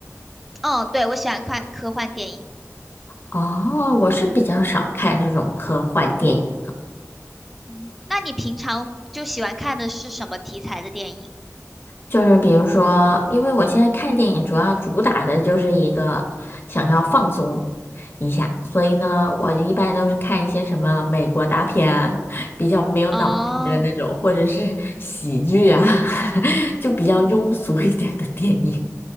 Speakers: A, in the centre; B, on the left (about 45°).
A: 嗯，对，我喜欢看科幻电影。
B: 哦，我是比较少看这种科幻电影。
A: 嗯，那你平常就喜欢看的是什么题材的电影？
B: 就是比如说，因为我现在看电影主要主打的就是一个想要放松一下，所以呢，我一般都是看一些什么美国大片啊，比较没有脑袋的那种，
A: 哦。
B: 或者是喜剧啊，<laughs> 就比较庸俗一点的电影。